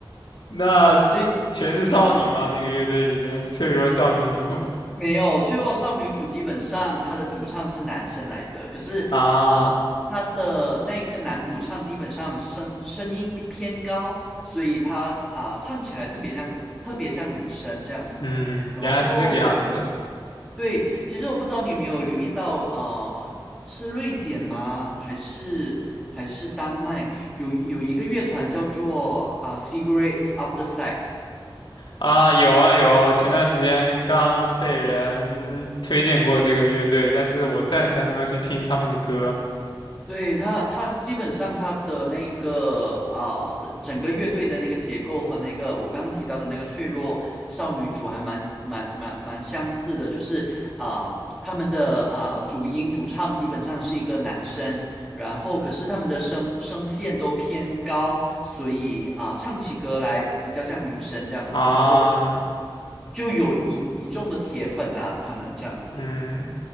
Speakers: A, on the left; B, in the centre.
A: 那全是少女吗？
B: 所以嗯。
A: 那个乐队里面脆弱少女组
B: 没有《脆弱少女主基本上她的主唱是男生来的，可是啊，
A: 啊。
B: 她的那个男主唱基本上声声音比偏高，所以他啊、唱起来特别像特别像女生这样子。
A: 嗯，
B: 然后
A: 原来是这个样子
B: 对，其实我不知道你有没有留意到，呃，是瑞典吗？还是还是丹麦？有有一个乐团叫做啊、Cigarettes After Sex》。
A: 啊！有啊有啊，我前段时间刚被人推荐过这个乐队，但是我暂时还没有去听他们的歌
B: 对，他，他基本上他的那个啊，整整个乐队的那个结构和那个我刚刚提到的那个脆弱少女组还蛮蛮蛮蛮相似的，就是啊，他们的啊主音主唱基本上是一个男生，然后可是他们的声声线都偏高，所以啊，唱起歌来比较像女生这样子，
A: 啊。
B: 然后就有一一众的铁粉啦、他们这样子。
A: 嗯，